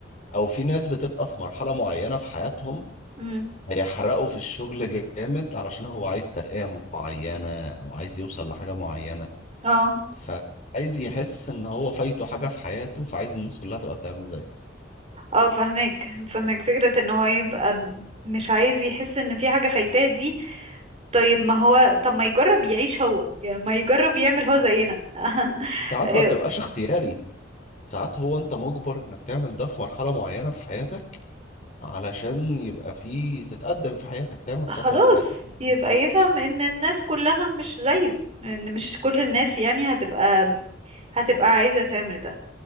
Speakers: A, on the left; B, on the right.
A: أو في ناس بتبقى في مرحلة معينة في حياتهم
B: امم
A: هيحرقه في الشغل جامد علشان هو عايز ترقية معينة أو عايز يوصل لحاجة معينة
B: اه
A: فعايز يحس إن هو فايته حاجة في حياته فعايز الناس كلها تبقى بتعمل زيه
B: اه فهمك فهمك فكرة ان هو يبقى م- مش عايز يحس ان في حاجة فايتاه دي طيب ما هو طب ما يجرب يعيش هو يعني ما يجرب يعمل هو زينا <laughs>
A: ساعات
B: إيه،
A: ما بتبقاش اختياري ساعات هو أنت مجبر إنك تعمل ده في مرحلة معينة في حياتك علشان يبقى في تتقدم في حياتك تعمل
B: خلاص
A: خطوة في حياتك تعمل
B: يبقى
A: حاجة
B: يفهم ان الناس كلها مش زيه ان مش كل الناس يعني هتبقى هتبقى عايزة تعمل ده